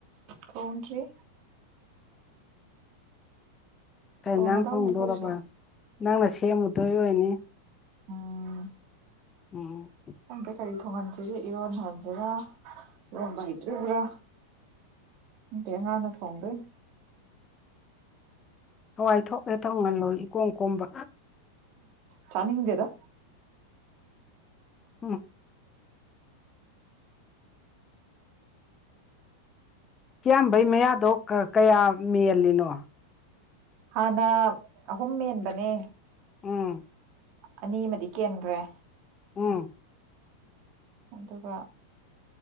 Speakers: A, on the right; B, on the left.
A: ꯊꯣꯡꯗ꯭ꯔꯤ
B: ꯀꯩ
A: ꯊꯣꯡꯉꯗꯧꯅꯤ
B: ꯏꯟꯖꯥꯡ ꯊꯣꯡꯗꯣꯔꯕ
A: ꯑꯩꯈꯣꯏꯁꯨ
B: ꯅꯪꯅ ꯁꯦꯝꯃꯨꯗꯣꯏ ꯑꯣꯏꯅꯤ
A: ꯑ
B: ꯎꯝ
A: ꯈꯪꯗꯦ ꯀꯔꯤ ꯊꯣꯡꯍꯟꯖꯤꯒꯦ ꯏꯔꯣꯟ ꯍꯟꯁꯤꯔ ꯏꯔꯣꯝꯕ ꯍꯩꯇ꯭ꯔꯤꯎꯕ꯭ꯔꯥ ꯗꯦ ꯑꯉꯥꯡꯅ ꯊꯣꯡꯗꯣꯏꯟ
B: ꯍꯋꯥꯏ ꯊꯣꯛ ꯍꯦꯛ ꯊꯣꯡꯍꯜꯂꯣ ꯏꯀꯣꯝ ꯀꯣꯝꯕ
A: ꯆꯥꯅꯤꯡꯗꯦꯗ
B: ꯎꯝ ꯀ꯭ꯌꯥꯝꯕꯩ ꯃꯌꯥꯗꯣ ꯀ ꯀꯌꯥ ꯃꯦꯜꯂꯤꯅꯣ
A: ꯍꯥꯟꯅ ꯑꯍꯨꯝ ꯃꯦꯟꯕꯅꯦ
B: ꯎꯝ
A: ꯑꯅꯤꯃꯗꯤ ꯀꯦꯟꯒ꯭ꯔꯦ
B: ꯎꯝ
A: ꯑꯗꯨꯒ